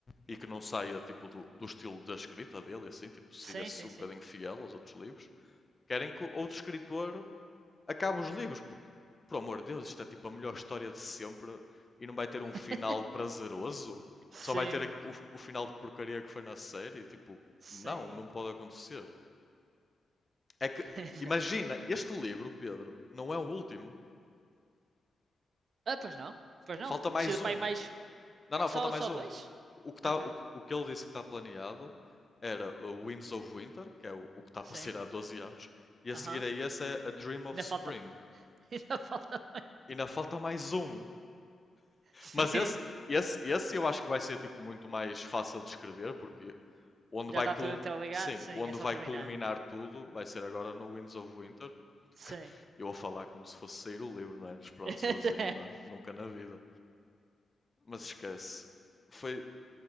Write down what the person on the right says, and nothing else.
sim, sim,
sim.
<laughs>
sim,
sim.
<laughs>
ah, pois não. Pois não.
Precisa para
aí mais.
Só,
só
dois?
Ok.
Sim.
Aham.
Uhum.
Ainda
falta. <laughs> Ainda falta mais.
Sim.
Já
está
tudo interligado?
Sim,
é só
terminar.
Sim.
<laughs>